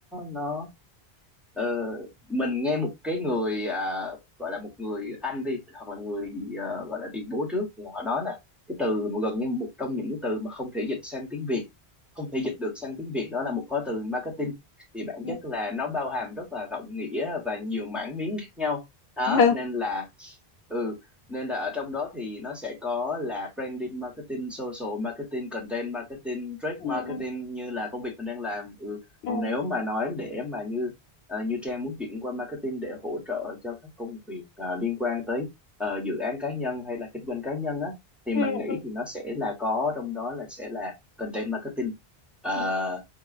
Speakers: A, in the centre; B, on the left.
A: nó Ờ, mình nghe một cái người à, gọi là một người Anh đi hoặc là người ờ, gọi là tiền bối trước thì họ nói là cái từ mà gần như một trong những cái từ mà không thể dịch sang tiếng Việt không thể dịch được sang tiếng Việt đó là một khóa từ marketing thì bản
B: ừ
A: chất là nó bao hàm rất là rộng nghĩa và nhiều mảng miếng khác nhau đó
B: Ừ.
A: nên là ừ nên là ở trong đó thì nó sẽ có là branding marketing social marketing content marketing trade
B: ừ
A: marketing
B: ừ
A: như là công việc mình đang làm ừ còn
B: ừ
A: nếu mà nói để mà như Ờ, như Trang muốn chuyển qua marketing để hỗ trợ cho các công việc ờ, liên quan tới ờ, dự án cá nhân hay là kinh doanh cá nhân á thì
B: ừ
A: mình nghĩ
B: ừ
A: thì nó sẽ là có trong đó là sẽ là content marketing ờ,
B: ừ